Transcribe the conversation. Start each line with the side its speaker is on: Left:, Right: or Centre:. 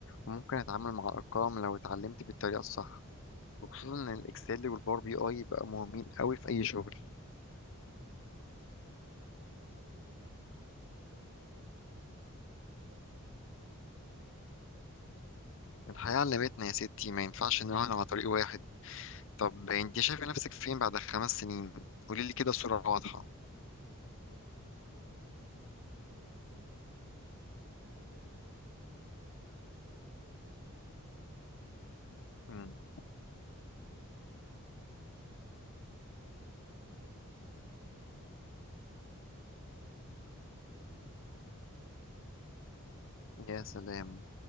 Left: ممكن اتعامل مع ارقام لو اتعلمت بالطريقه الصح وخصوصا ان الاكسل والباور بي اي بقى مهمين قوي في اي شغل
Right: مم. واضح إنك بتفكر بعيد يعني بتحط كده سيناريو قدامك ودي طريقة تفكير برضو حلوة أوي
Left: الحياه علمتنا يا ستي ما ينفعش نراهن على طريق واحد طب انت شايفه نفسك فين بعد خمس سنين قولي لي كده بصوره واضحه
Right: بص نفسي أكون مستقلة ماديا وعندي دخل ثابت بس يكون من شغل أنا بحبه يعني وأكون على الأقل
Left: مم.
Right: سافرت مثلا بلد أو اتنين وأشتغل على نفسي كفاية من ناحية برضه نفسية وذهنية كمان عايزة أعيش في مكان لوحدي ويكون عندي مساحة خاصة بيا أنا
Left: يا سلام